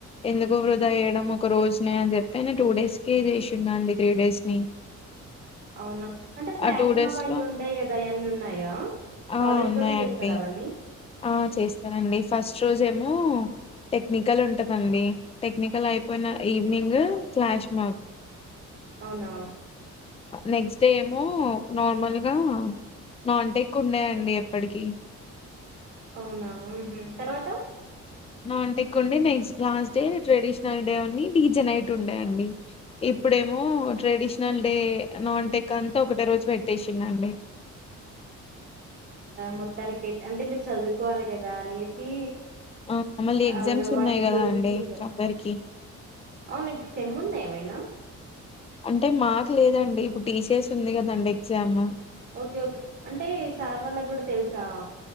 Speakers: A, on the left (about 20°); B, on the right (about 60°).
A: ఎందుకు వృధా వయ్యడం ఒక రోజునే అని చెప్పి నేను టూ డేస్ కి చేసిండు అండి త్రీ డేస్ ని
B: అవునా అంటే ఫ్లాష్
A: ఆ టూ డేస్
B: మాబ్ అయ్యి
A: లో
B: ఉంటయి కదా అవన్నీ ఉన్నాయా
A: ఆ
B: కాలేజ్
A: ఉన్నాయండి
B: లోనే చేస్తర అవన్నీ
A: ఆ చేస్తానండి ఫస్ట్ రోజేమో టెక్నికల్ ఉంటదండి టెక్నికల్ అయిపోయిన ఈవినింగ్ ఫ్లాష్ మబ్
B: అవున
A: నెక్స్ట్ డే ఏమో నార్మల్గా నాన్ టెక్ ఉండేయండి ఎప్పటికిీ
B: అవు ఉమ్మ్ తర్వత
A: నాంట ఎక్ండి next last day traditional day అన్ని డీజనైట్ ఉండేయండి ఇప్పుడేమో ట్రెడిషనల్ నాన్ టెక్ అంత ఒకటే రోజు పెట్టేసిండండి
B: మొత్తానికి ఐతే అంటే మీరు చదువుకోవాలి కద దనేసి
A: ఆ మళ్ళీ ఎగ్జామ్స్
B: ఆవి వాటిని
A: ఉన్నాయి కదా
B: కుదించిండు
A: అండి ఇంకా అందరికి
B: అవును సెమ్ముంద ఏమైన
A: అంటే మాక్ లేదండి ఇప్పుడు టీసీఎస్ ఉంది కదండి ఎగ్జామ్
B: ఒకే ఒకే అంటే సార్ వాళ్ళకి కూడా తెలుసా